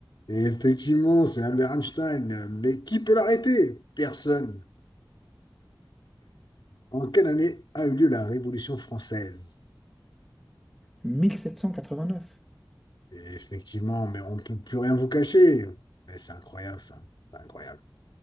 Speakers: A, on the left; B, in the centre.
A: Et effectivement, c'est Albert Einstein, mais qui peut l'arrêter? Personne. En quelle année a eu lieu la Révolution française?
B: mille sept cent quatre-vingt-neuf.
A: Et effectivement, mais on ne peut plus rien vous cacher. Mais C'est incroyable ça. C'est incroyable.